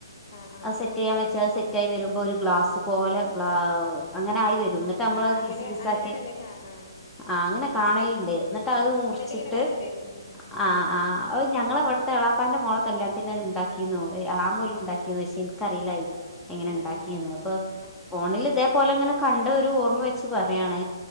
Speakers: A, on the left (about 45°); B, in the centre.
A: ആഹ് ആഹ്
B: അത് സെറ്റ് ചെയ്യാൻ വെച്ചാ സെറ്റ് ആയി വര്മ്പോഒരു ഗ്ലാസ് പോലെ ഗ്ല അങ്ങനെ ആയി വരും ട്ട് നമ്മള്
A: ആഹ്
B: അത്പീസ്
A: അങ്ങനെ
B: പീസാക്കി
A: അങ്ങനെയാണല്ലേ ആഹ് ആഹ്
B: ആഹ് അങ്ങനെ കാണല്ണ്ട് ന്നട്ട്
A: ആഹ്
B: അത്
A: ഫോണിലിങ്ങനെ
B: മുറിച്ചിട്ട്
A: കണ്ടിണ് ഉം ഉം
B: ആഹ് ആ്ഓ ഞങ്ങൾ അവിടുത്തെ എളാപ്പാന്റെ മൊള കല്യാണത്തിന് അത് ഇണ്ടാക്കീന്നു എളാമ പോലും ഉണ്ടാക്കിന്നേ പക്ഷെ ഇ ഇൻക്കറീല അത് എങ്ങനെ
A: ആഹ്
B: ഉണ്ടാക്കീന്ന് അപ്പൊ
A: ആഹ്
B: ഫോണിൽ ഇതേപോലെ ങ്ങനെ കണ്ട ഒരു ഓർമ്മ വെച്ച് പറയാണ്